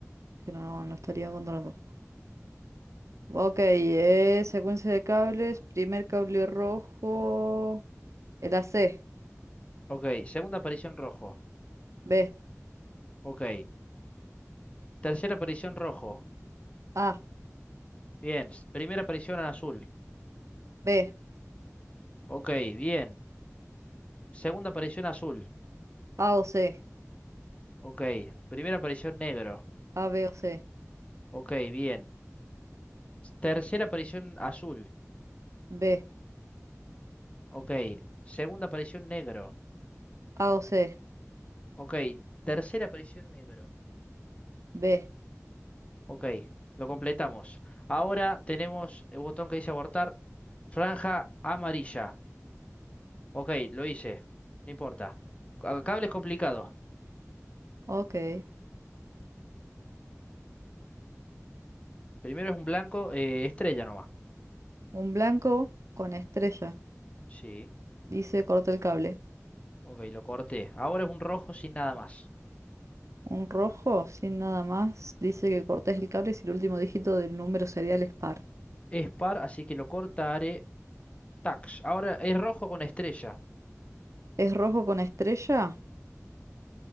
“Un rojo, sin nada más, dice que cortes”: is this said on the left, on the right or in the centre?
Right